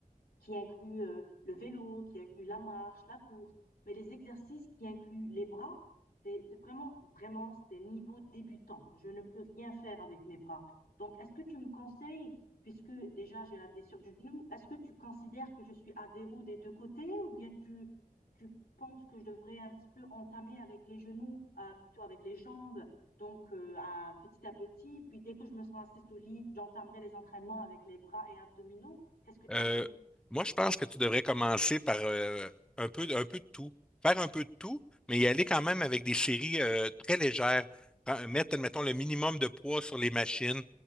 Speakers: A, on the left; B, in the centre.
A: qui inclut euh, le vélo, qui inclut la marche, la course, mais les exercices qui incluent les bras, c'est c'est vraiment, vraiment, c'est niveau débutant. Je ne peux rien faire avec mes bras. Donc, est-ce que tu me conseilles, puisque déjà j'ai la blessure du genou, est-ce que tu considères que je suis à zéro des deux côtés ou bien tu, tu penses que je devrais un petit peu entamer avec les genoux, euh, plutôt avec les jambes, donc euh, à, petit à petit, puis dès que je me sens assez solide, j'entamerai les entraînements avec les bras et abdominaux. Qu'est-ce que tu
B: Euh,
A: en dis?
B: moi, je pense que tu devrais commencer par euh, un peu, un peu de tout. Faire un peu de tout, mais y aller quand même avec des séries euh, très légères. Prends- Mettre, mettons, le minimum de poids sur les machines,